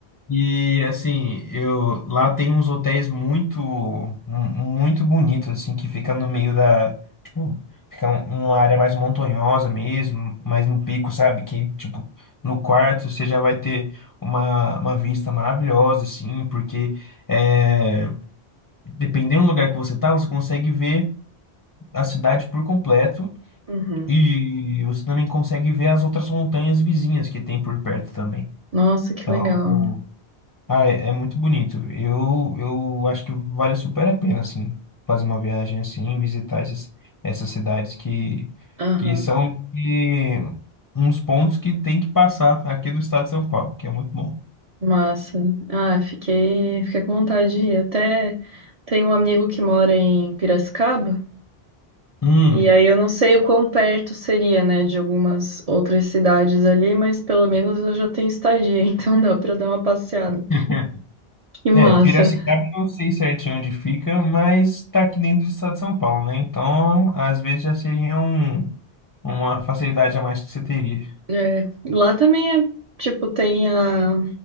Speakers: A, on the left; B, on the right.
A: E assim, eu lá tem uns hotéis muito mu- muito bonitos assim que fica no meio da, tipo, fica um- numa área mais montanhosa mesmo, mais no pico, sabe? Que tipo, no quarto você já vai ter uma, uma vista maravilhosa assim, porque é, dependendo do lugar que você tá, você consegue ver a cidade por completo
B: Uhum.
A: e você também consegue ver as outras montanhas vizinhas que tem por perto também.
B: Nossa, que
A: Então,
B: legal.
A: ah, é, é muito bonito. Eu, eu acho que vale super a pena, assim, fazer uma viagem assim, visitar esses, essas cidades que,
B: Aham.
A: que são que, uns pontos que tem que passar aqui no estado de São Paulo, que é muito bom.
B: Massa. Ah, fiquei, fiquei com vontade de ir. Até tem um amigo que mora em Piracicaba,
A: Hum.
B: e aí eu não sei o quão perto seria, né, de algumas outras cidades ali, mas pelo menos eu já tenho estadia, <laughs> então dá pra dar uma passeada.
A: <laughs>
B: Que massa.
A: É, Piracicaba eu não sei certinho onde fica, mas tá aqui dentro do estado de São Paulo, né? Então, às vezes já seria um, uma facilidade a mais que você teria.
B: É, lá também é, tipo, tem a,